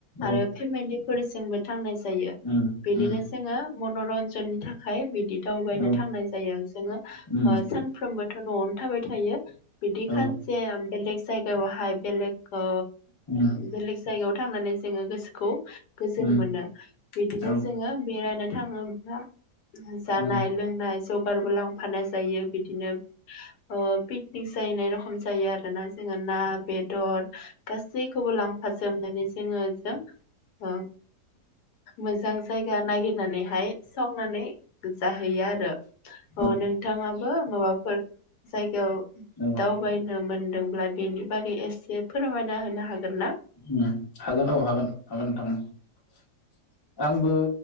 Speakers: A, on the left; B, on the left.
A: औ
B: आरो फेमिलिफोरजोंबो थांनाय जायो
A: उम
B: बिदिनो
A: उम
B: जोङो मनरन्जननि थाखाय बिदि दावबायनो
A: औ
B: थांनाय जायो जोङो ओ
A: उम
B: सानफ्रोमबो थ नआवनो थाबाय थायो बिदि
A: औ
B: खानसे ओम बेलेग जायगायावहाय बेलेग ओ
A: उम
B: बेलेग जायगायाव थांनानै जोङो गोसोखौ गोजोन
A: उम
B: मोनो बिदिनो
A: औ
B: जोङो बेरायनो थाङो बा
A: उम
B: जानाय लोंनाय जुग बारबो लांफानाय जायो बिदिनो ओ पिकनिक जाहैनाय रखम जायो आरोना जोङो ना बेदर गासैखौबो लांफाजोबनानै जोङो जों ओ मोजां जायगा नागिरनानै हाय सावनानै जाहैयो आरो अ
A: औ
B: नों माबा माबाफोर जायगायाव
A: औ औ
B: दाउबायनो मोन दोंब्ला बेनि बागै एसे फोरमायना हो नों हागोन ना?
A: उम हागोन औ हागोन। हागोन नोंथां। आंबो